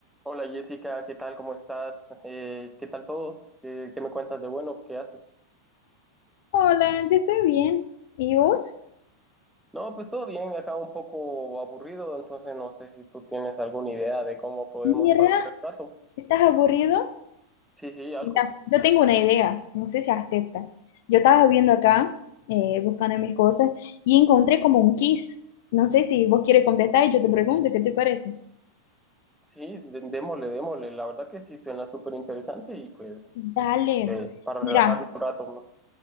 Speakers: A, in the centre; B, on the left.
A: Hola Jessica, ¿qué tal? ¿Cómo estás? Eh, ¿qué tal todo? ¿Qué, qué me cuentas de bueno? ¿Qué haces?
B: Hola, yo estoy bien. ¿Y vos?
A: No, pues todo bien, acá un poco aburrido, entonces no sé si tú tienes alguna idea de cómo podemos
B: Mira,
A: pasar el rato.
B: ¿estás aburrido?
A: Sí, sí, algo.
B: Mira, yo tengo una idea, no sé si acepta. Yo estaba viendo acá, eh, buscando mis cosas, y encontré como un quiz. No sé si vos quieres contestar y yo te pregunto, ¿qué te parece?
A: Sí, de- démosle, démosle. La verdad que sí suena súper interesante y pues
B: Dale.
A: eh, para
B: Mira,
A: relajarnos un rato, ¿no?